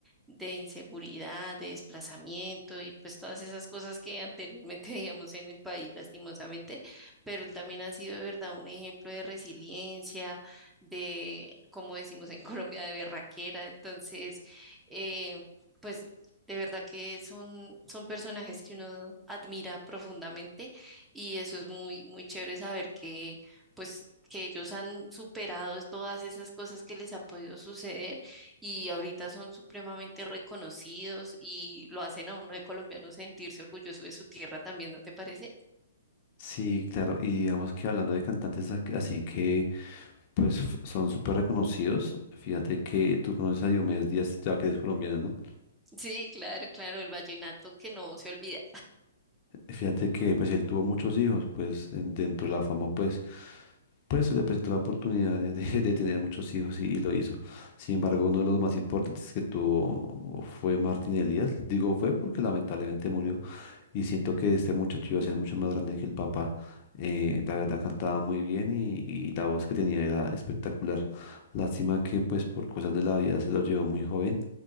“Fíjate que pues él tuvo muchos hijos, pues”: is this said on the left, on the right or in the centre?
Left